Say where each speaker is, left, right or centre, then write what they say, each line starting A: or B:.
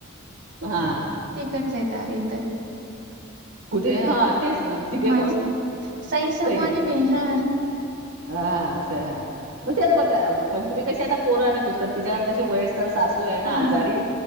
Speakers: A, on the right (about 85°); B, on the right (about 55°).
A: हा
B: तिघंच आहेत आम्ही इथं.
A: कुठे? हा. तेच ना, तिघे
B: माझं
A: कोण?
B: इथं. समूह
A: सई
B: आणि मी हा
A: हा स हा. म तेच म्हणत्या पण तुम्ही कसे आता पोरं आणि तूच, पण तिच्या कसे वयस् तर सासू आहे ना
B: हा
A: आजारी